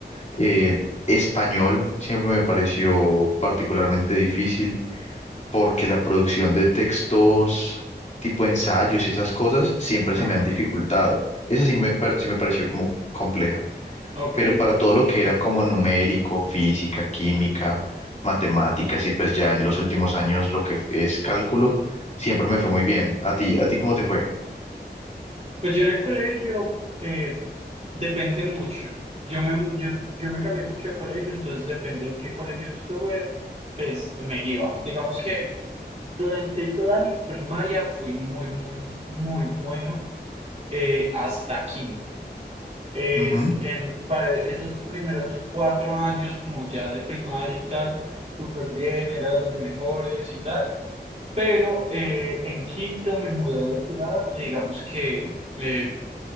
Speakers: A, on the left; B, on the right.
A: Eh, español siempre me pareció particularmente difícil porque la producción de textos tipo ensayos y esas cosas siempre
B: ajá,
A: se me han dificultado. Esa sí me, pa- sí me pareció como compleja
B: ok.
A: pero para todo lo que era como numérico, física, química, matemáticas, y pues ya en los últimos años lo que es cálculo, siempre me fue muy bien. ¿A ti, a ti cómo te fue?
B: Pues yo en el colegio eh, depende mucho. Yo me, yo, yo me cambié mucho de colegio, entonces depende en qué colegio estuve, pues me iba. Digamos que durante toda mi primaria fui muy, muy, muy bueno eh, hasta quinto. Es
A: Ujú.
B: en, para esos primeros cuatro años, como ya de primaria y tal, súper bien, era de los mejores y tal. Pero eh, en quinto me mudé de ciudad y digamos que eh,